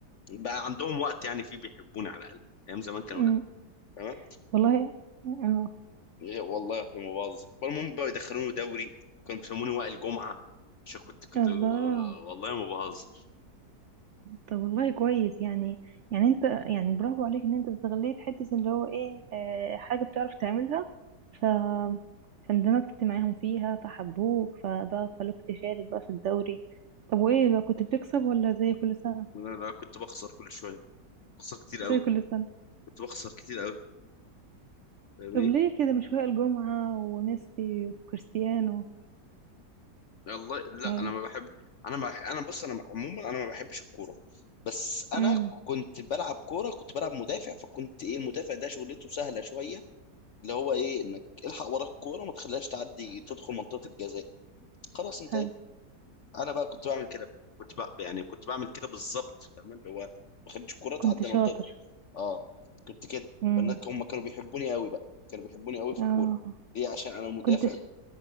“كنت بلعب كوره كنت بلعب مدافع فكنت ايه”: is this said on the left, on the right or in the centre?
Left